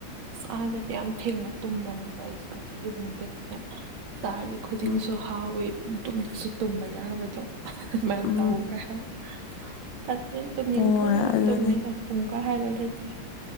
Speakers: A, on the right (about 85°); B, on the left (about 75°).
A: ꯑꯁ ꯑꯥꯗꯗꯤ ꯌꯥꯝ ꯊꯦꯡꯅ ꯇꯨꯝꯕꯅꯦꯕ ꯑꯩꯁꯦ ꯑꯗꯨ ꯌꯨꯝꯗꯗꯤꯅꯦ ꯆꯥꯔꯤ ꯈꯨꯗꯤꯡꯁꯨ
B: ꯎꯝ
A: ꯍꯥꯎꯋꯤ ꯄꯨꯡ ꯇꯨꯝꯗꯁꯨ ꯇꯨꯝꯕ ꯌꯥꯕꯗꯣ ꯑꯗꯨꯃꯥꯏꯅ
B: ꯎꯝ
A: ꯇꯧꯈ꯭ꯔꯦ ꯐꯠꯇ ꯇꯨꯝꯅꯤꯡꯉꯀꯥꯟꯗ
B: ꯍꯣꯏ ꯑꯗꯨꯅꯦ
A: ꯇꯨꯝꯃꯤꯗ ꯄꯨꯡ ꯀ ꯍꯥꯏꯕ ꯂꯩꯇꯦ